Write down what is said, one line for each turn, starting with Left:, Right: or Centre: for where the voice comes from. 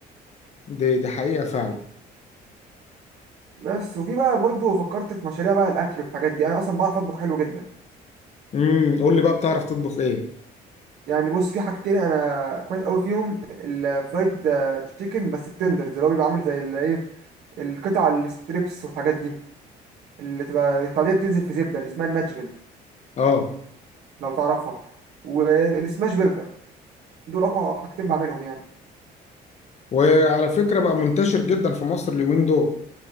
Left: دي دي حقيقة فعلا
Right: بس وفي بقى برضو فكرت في مشاريع بقى الاكل والحاجات دي انا اصلا بعرف اطبخ حلو جدا
Left: امم قول لي بقى بتعرف تطبخ إيه؟
Right: يعني بص في حاجتين انا كويس قوي فيهم الفرايد تشيكن بس التندرز اللي هو بيبقى عامل زي ال- ايه القطع الستريبس والحاجات دي اللي تبقى التعديه بتنزل في زبده اللي اسمها الناشفيل
Left: أه
Right: لو تعرفها والسماش برجر دول اقوى حاجتين بعملهم يعني
Left: وعلى فكرة بقى منتشر جدا في مصر اليومين دول